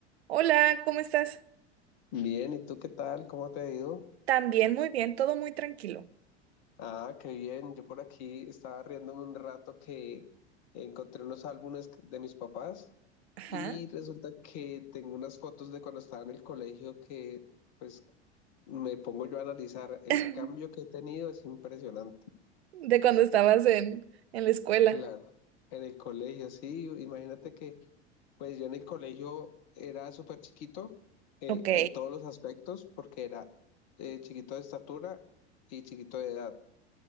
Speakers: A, on the right; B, on the left.
A: Hola, ¿cómo estás?
B: Bien, ¿y tú qué tal? ¿Cómo te ha ido?
A: También muy bien, todo muy tranquilo.
B: Ah, qué bien. Yo por aquí estaba riéndome un rato que encontré unos álbumes de mis papás
A: Ajá.
B: y resulta que tengo unas fotos de cuando estaba en el colegio que pues me pongo yo a analizar. El
A: <laughs>
B: cambio que he tenido es impresionante.
A: De cuando estabas en, en la escuela.
B: Claro, en el colegio, sí. Imagínate que pues yo en el colegio era súper chiquito eh,
A: Ok.
B: en todos los aspectos porque era eh, chiquito de estatura y chiquito de edad.